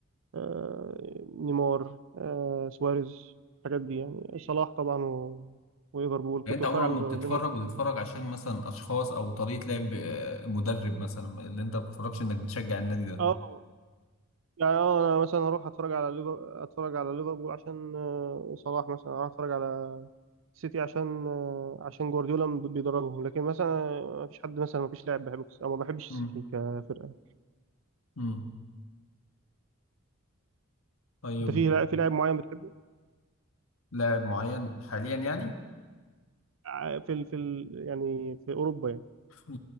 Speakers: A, on the right; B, on the left.
A: آه، نيمار آه، سواريز الحاجات دي يعني صلاح طبعا و... وليفربول
B: يعني
A: كنت
B: انت
A: بتفرج
B: عموما
A: على
B: لما
A: ليفربول
B: بتتفرج بتتفرج
A: كل حاجه
B: عشان مثلا اشخاص او طريقه لعب آه، مدرب مثلا اللي انت ما بتتفرجش انك بتشجع النادي ده
A: اه يعني اه انا مثلا هروح اتفرج على ليفر اتفرج على ليفربول عشان آه، صلاح مثلا هروح اتفرج على سيتي عشان آه، عشان جوارديولا م- بيدربهم لكن مثلا ما فيش حد مثلا ما فيش لاعب بحبه كس- او ما بحبش السيتي
B: امم
A: كفرقه
B: امم طيب
A: انت في لاعب في لاعب معين بتحبه
B: لاعب معين حاليا يعني
A: ع- في ال... في ال... يعني في اوروبا يعني
B: في